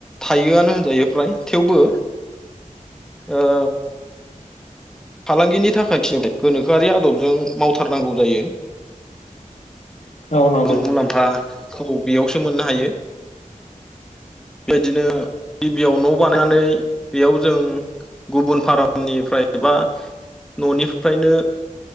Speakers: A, in the centre; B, on the left.
A: थायोआनो होनजायो फ्राय थेवबो ओ फालांगिनि थाखायथि गोनोखोआरि आदबजों मावथारनांगौ जायो
B: औ नंगौ नंगौ
A: मुलाम्फा खौ बेयावसो मोननो हायो बेदिनो गिबियाव न' बानायनानै बेयाव जों गुबुन फारमनिफ्राय एबा न'निफ्रायनो